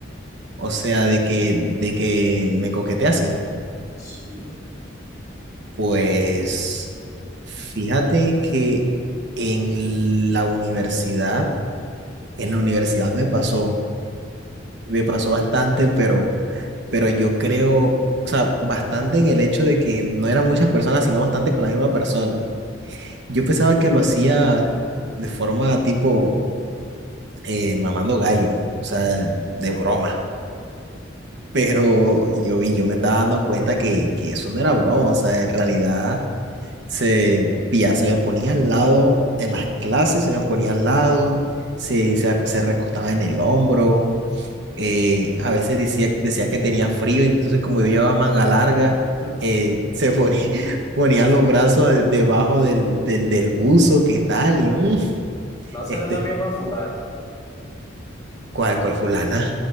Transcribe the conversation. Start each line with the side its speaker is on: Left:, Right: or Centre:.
Right: o sea, de que, de que me coquetea así.
Left: Sí.
Right: Pues fíjate que en la universidad, en la universidad me pasó, me pasó bastante,
Left: <laughs>
Right: pero, pero yo creo, o sea, bastante en el hecho de que no eran muchas personas, sino bastante con la misma persona. Yo pensaba que lo hacía de forma tipo eh, mamando gallo, o sea, de broma. Pero yo vi, yo me estaba dando cuenta que, que eso no era broma, o sea, en realidad se, pilla, se me ponía al lado en las clases, se me ponía al lado, se, se, ac- se recostaba en el hombro, eh, a veces decía, decía que tenía frío, entonces como yo llevaba manga larga,
Left: Hmm,
Right: eh, se ponía, <laughs> ponía los brazos de- debajo del, del, del buzo, ¿qué tal? Y yo, "Mm,
Left: No
Right: este,
Left: será la misma fulana.
Right: ¿cuál, cuál fulana?